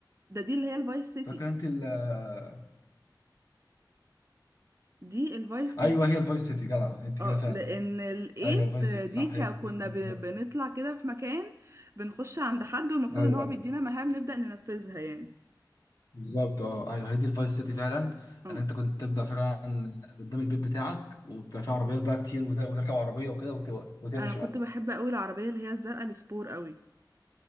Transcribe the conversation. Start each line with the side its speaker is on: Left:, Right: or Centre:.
Right: ده دي اللي هي الفايس سيتي
Left: فاكره انت ال... آه،
Right: دي الفايس
Left: ايوه
Right: سيتي
Left: هي الفايس سيتي جدع انت
Right: اه
Left: كده فعلا
Right: لان الايت
Left: ايوه الفايس سيتي صح
Right: دي كا-
Left: هي دي.
Right: كنا
Left: بالظبط.
Right: ب- بنطلع كده في مكان بنخش عند حد والمفروض
Left: ايوه
Right: ان هو
Left: ايوه
Right: بيدينا مهام نبدأ ننفذها يعني
Left: بالظبط اه ايوه هي دي الفايس سيتي فعلا
Right: اه
Left: ان انت كنت تبدا فعلا قدام البيت بتاعك وبتبقى فيه عربيات بقى كتير وت... وتركب عربيه وكده وت... وتمشي
Right: انا كنت
Left: بقى
Right: بحب قوي العربيه اللي هي الزرقاء السبور قوي